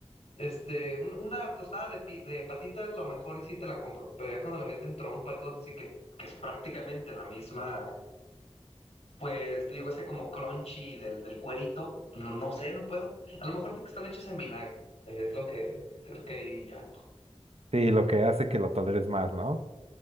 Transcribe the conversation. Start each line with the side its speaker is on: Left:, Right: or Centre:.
Left: Este, un- una tostada de, pi- de patitas, lo mejor y sí te la compro, pero ya cuando le meten trompa y cosas así que, que es prácticamente la misma, pues te digo, ese como crunchy del, del cuerito, no, no sé, no puedo. A lo mejor porque están hechos en vinagre, es lo que creo que ahí ya.
Right: sí, lo que hace que lo toleres más, ¿no?